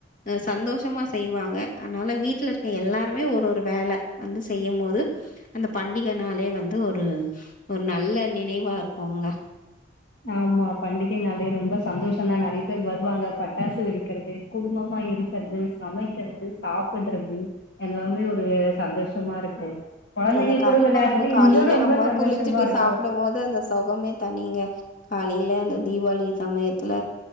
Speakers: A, on the left; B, on the left.
A: ஆ சந்தோஷமா செய்வாங்க அதனால வீட்டுல இருக்க எல்லாருமே ஒரு ஒரு வேல வந்து செய்யும் போது அந்த பண்டிகைனாலே வந்து ஒரு ஒரு நல்ல நினைவா இருக்குங்க
B: ஆமா பண்டிகைனாலே ரொம்ப சந்தோஷந்தா நெறைய பேர் வருவாங்க பட்டாசு வெடிக்கிறது குடும்பமா இரு க்கிறது சமைக்கிறது சாப்பிடுறது எல்லாமே ஒரு சந்தோஷமா இருக்கு கொழந்தைங்க
A: அந்த கறி
B: கூட விளையாடுறது
A: கொழம்பு காலையில
B: இன்னு ரொம்ப
A: நம்ம
B: சந்தோஷமா
A: குளிச்சுட்டு
B: இருக்கு
A: சாப்டும்போது அந்த சொகமே தனிங்க காலையில அந்த தீவாளி சமயத்துல